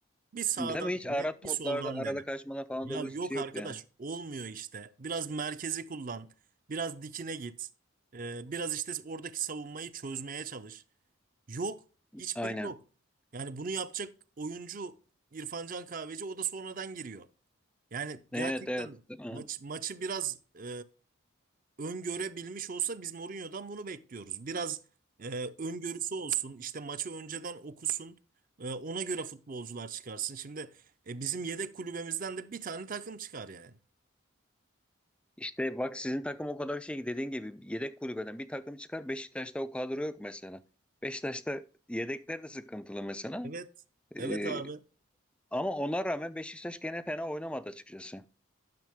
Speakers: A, on the right; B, in the centre.
A: Bir sağdan
B: Değil mi? Hiç
A: dene
B: ara toplarda,
A: bir soldan
B: arada
A: dene.
B: kaçmalar falan
A: Ya
B: doğru
A: yok
B: bir şey
A: arkadaş
B: yoktu yani.
A: olmuyor işte biraz merkezi kullan biraz dikine git E, biraz işte oradaki savunmayı çözmeye çalış. Yok. Hiçbiri
B: Aynen.
A: yok. Yani bunu yapacak oyuncu İrfan Can Kahveci o da sonradan giriyor. Yani
B: Evet
A: gerçekten
B: evet. Değil mi?
A: maç, maçı biraz e, öngörebilmiş olsa biz Mourinho'dan bunu bekliyoruz. Biraz e, öngörüsü olsun, işte maçı önceden okusun, e, ona göre futbolcular çıkarsın. Şimdi e, bizim yedek kulübemizden de bir tane takım çıkar yani.
B: İşte bak sizin takım o kadar şey dediğin gibi yedek kulübeden bir takım çıkar Beşiktaş'ta o kadro yok mesela. Beşiktaş'ta yedekler de sıkıntılı mesela.
A: Evet, evet
B: Ee,
A: abi.
B: ama ona rağmen Beşiktaş gene fena oynamadı açıkçası.